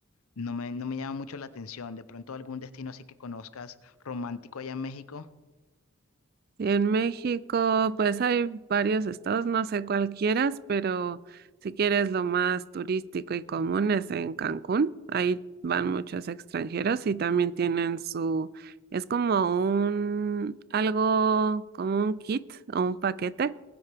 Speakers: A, on the left; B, on the right.
A: no me, no me llama mucho la atención. De pronto algún destino así que conozcas romántico allá en México.
B: Y en México, pues hay varios estados, no sé cuál quieras, pero si quieres lo más turístico y común es en Cancún. Ahí van muchos extranjeros y también tienen su, es como un, algo, como un kit o un paquete